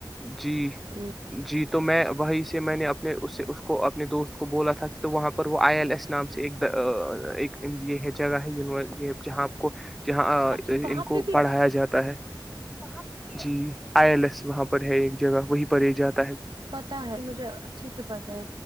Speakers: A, in the centre; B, on the right.
A: جی
B: ہوں
A: جی تو میں وہیں سے میں نے اپنے اس اس کو اپنے دوست کو بولا تھا کہ تو وہاں پر وہ آئی ایل ایس نام سے ایک ایک یہ ہے جگہ ہے ی جہاں آپ کو جہاں
B: اچھا وہاں
A: ان کو
B: پہ بھی
A: پڑھایا جاتا ہے وہاں پہ جی آئی ایل ایس وہاں پر ہے ایک جگہ وہی پری جات
B: پتاہ ہے مجھے اچھے سے پتاہ ہے